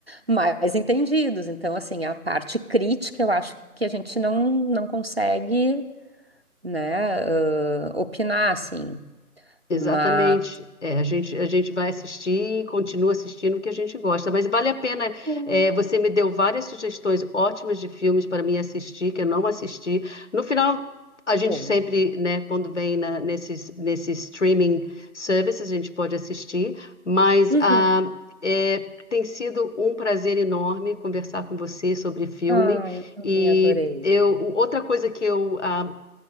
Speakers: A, on the right; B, on the left.
A: mais entendidos. Então, assim, a parte crítica eu acho que a gente não, não consegue. né, ãh, opinar, assim.
B: Exatamente.
A: Mas,
B: É, a gente, a gente vai assistir e continua assistindo o que a gente gosta. Mas vale a pena.
A: hum,
B: é, você me deu várias sugestões ótimas de filmes para mim assistir, que eu não assisti. No final, a gente
A: bom.
B: sempre, né, quando vem na, nesses, nesses streaming services, a gente pode assistir. Mas
A: Uhum.
B: ah, é, tem sido um prazer enorme conversar com você sobre filme.
A: Ah, eu também
B: E
A: adorei.
B: eu, outra coisa que eu ah,